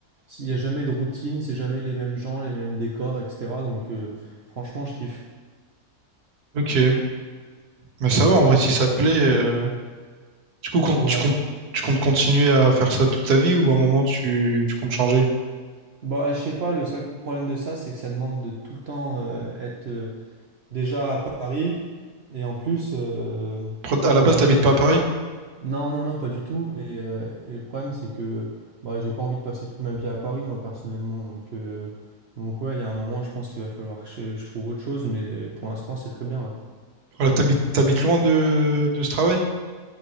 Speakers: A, on the right; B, on the right.
A: il n'y a jamais de routine, c'est jamais les mêmes gens, les mêmes décors, etc. Donc euh, franchement, je kiffe.
B: Ok, bah ça va en vrai si ça te plaît. euh, Du coup, compte-
A: Ouais,
B: tu comptes, tu comptes continuer à faire ça toute ta vie ou à un moment tu, tu comptes changer?
A: Bah, je sais pas, le seul problème de ça, c'est que ça demande de tout le temps euh, être euh, déjà à Paris et en plus, euh,
B: Pro- À
A: bah,
B: la base,
A: malheureux.
B: t'habites pas à Paris?
A: Non, non, non, pas du tout. Et, euh, et le problème, c'est que bah, j'ai pas envie de passer toute ma vie à Paris, moi, personnellement. Donc, euh, donc ouais, il y a un moment, je pense qu'il va falloir que je, je trouve autre chose, mais pour l'instant, c'est très bien, ouais.
B: Voilà, t'habites, t'habites loin de, de ce travail?